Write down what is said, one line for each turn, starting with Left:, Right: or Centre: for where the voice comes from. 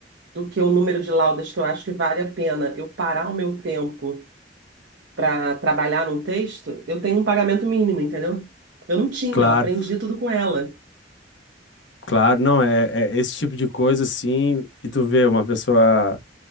Right: do que o número de laudas que eu acho que vale a pena eu parar o meu tempo para trabalhar num texto, eu tenho um pagamento mínimo, entendeu? Eu não tinha,
Left: claro,
Right: eu aprendi tudo com ela.
Left: claro, não, é, é esse tipo de coisa, assim, e tu vê, uma pessoa